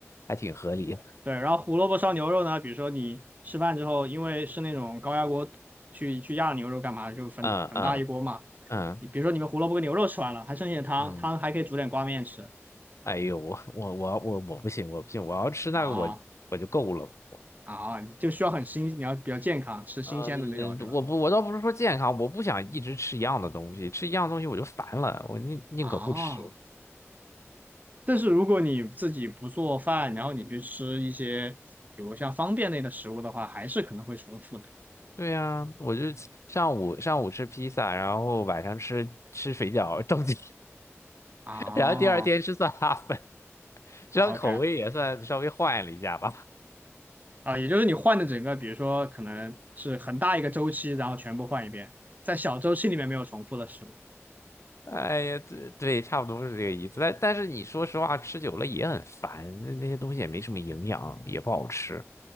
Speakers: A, on the left; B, on the right.
A: 还挺合理，
B: 对，然后胡萝卜烧牛肉呢，比如说你吃饭之后，因为是那种高压锅去去压牛肉干嘛，就分很大一锅嘛。
A: 嗯嗯嗯
B: 你比如说你们胡萝卜跟牛肉吃完了，还剩一点汤，
A: 嗯，
B: 汤还可以煮点挂面吃
A: 哎呦，我我我我我不行，我不行，我要吃那个我我就够了，
B: 啊
A: 我
B: 啊，就需要很新，你要比较健康，吃新鲜的那种是吧？
A: 嗯，我不我倒不是说健康，我不想一直吃一样的东西，吃一样东西我就烦了，我宁宁可不吃。
B: 啊，但是如果你自己不做饭，然后你去吃一些比如像方便类的食物的话，还是可能会重复的。
A: 对呀、我就上午上午吃披萨，然后晚上吃吃水饺，<laughs> 正经，
B: 哦
A: <laughs> 然后第二天吃酸辣粉，这样口味也算稍微换了一下吧。
B: ，OK，啊，也就是你换的整个，比如说可能是很大一个周期，然后全部换一遍，在小周期里面没有重复的事物。
A: 哎呀，对对，差不多是这个意思。但但是你说实话，吃久了也很烦，那那些东西也没什么营养，也不好吃。